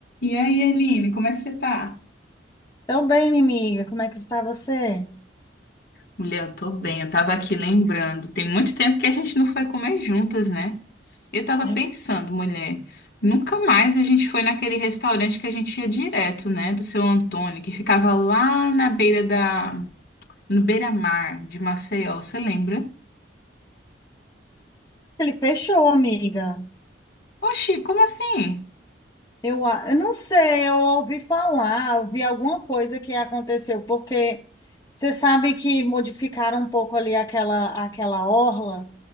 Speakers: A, on the left; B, on the left.
A: E aí, Aline, como é que você tá?
B: Tô bem, minha amiga. Como é que tá você?
A: Mulher, eu tô bem. Eu tava aqui lembrando. Tem muito tempo que a gente não foi comer juntas, né? Eu tava
B: É,
A: pensando, mulher, nunca mais a gente foi naquele restaurante que a gente ia direto, né? Do seu Antônio, que ficava lá na beira da. no beira-mar de Maceió, você lembra?
B: Ele fechou, amiga.
A: Oxi, como assim?
B: Eu, a- eu não sei, eu ouvi falar, ouvi alguma coisa que aconteceu, porque você sabe que modificaram um pouco ali aquela, aquela orla,